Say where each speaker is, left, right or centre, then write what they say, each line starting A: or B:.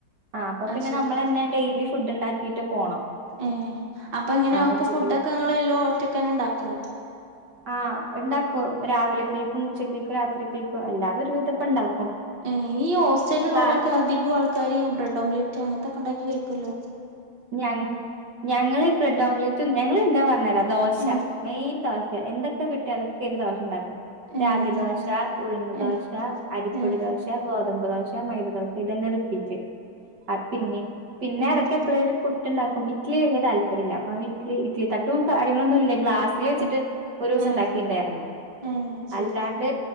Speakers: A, on the right; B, on the right.
A: ആ് അപ്പൊ
B: അത്
A: പിന്നെ
B: ശരി
A: നമ്മൾന്നെ ഡെയിലി ഫുഡ് ഉണ്ടാക്കിട്ട് പോണം.
B: ഏഹ് അപ്പൊ ഇങ്ങനെക്ക
A: ആ ഉച്ചക്ക്
B: ഫുഡ ഒക്കെങ്ങ എല്ലോ ഒറ്റക്കനെ ഉണ്ടാക്കോ?
A: ആഹ് ഉണ്ടാക്കും രാവിലെക്കൾക്കും ഉച്ചക്കൾക്കും രാത്രിക്കൾക്കും അല്ലാതെ ഒരു വിധപ്പ ഉണ്ടാക്കും.
B: ഏ ഈ ഹോസ്റ്റലിൽ
A: ക്ലാ
B: ഉള്ളലൊക്കെ അധികം ആൾക്കാര് ബ്രെഡ് ഓംലെറ്റ് അങ്ങനത്തെൊക്കെ ഉണ്ടാക്കി കഴിക്കുമല്ലോ.
A: ഞ ഞങ്ങള് ബ്രെഡ് ഓംലറ്റ് ഞങ്ങൾ എന്താ പറഞ്ഞ തരാ ദോശ
B: ഉം
A: മെയിൻ ദോശ എന്തൊക്കെ കിട്ടി അതൊക്ക ഒരു ഉണ്ടാക്കും
B: ഏഹ്
A: റാഗി ദോശ ഉഴുന്ന്
B: ഏഹ്
A: ദോശ അരിപ്പൊടി
B: ഏഹ്
A: ദോശ ഗോ തമ്പദോശ മൈദദോശ ഇതന്നെ റിപ്പീറ്റ് പിന്ന പിന്നെ
B: ഏഹ്
A: ഇടക്ക എപ്പഴലും ഇട്ടുണ്ടാക്കും ഇറ്റ്ലി വല തല്പര്യമില്ല അപ്പ അന ഇല ഇറ്റ്ലിട്ടും കാര്യങ്ങളൊന്നുമ ഇ ഗ്ലാസ്സിൽ വെച്ചിട്ട്
B: ആഹ്
A: ഒരു ദിവസം
B: ഏഹ്
A: ഉണ്ടാക്കിയിുണ്ടായിരുന്നു.
B: ഏഹ് ശരി
A: അല്ലാണ്ട്